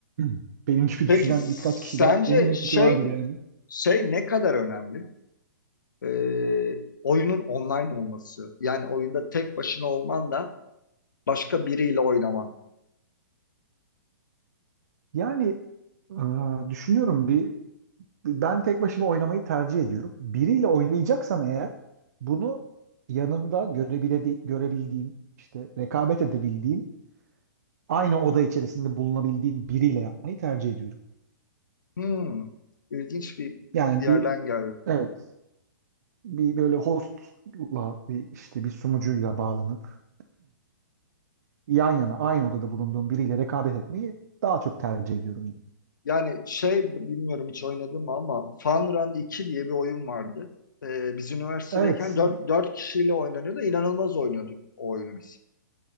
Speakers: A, on the right; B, on the left.
A: <clears throat> Benim gibi
B: Peki
A: düşünen birkaç kişi
B: sence
A: daha eminim
B: şey
A: ki vardır yani.
B: şey ne kadar önemli? E, oyunun online olması. Yani oyunda tek başına olman da başka biriyle oynaman.
A: Yani aa, düşünüyorum bir ben tek başıma oynamayı tercih ediyorum. Biriyle oynayacaksam eğer bunu yanımda görebile- görebildiğim, işte rekabet edebildiğim, aynı oda içerisinde bulunabildiğim biriyle yapmayı tercih ediyorum.
B: Hmm, ilginç bir
A: Yani
B: yerden
A: bir
B: geldi.
A: evet bir böyle hostla bir işte bir sunucuyla bağlanıp <clears throat> yan yana aynı odada bulunduğum biriyle rekabet etmeyi daha çok tercih ediyorum.
B: Yani şey bilmiyorum hiç oynadım ama Fun Run 2 diye bir oyun vardı. Ee, biz üniversitedeyken
A: Evet,
B: dört 4 kişiyle oynanıyordu. İnanılmaz oynuyorduk o oyunu biz.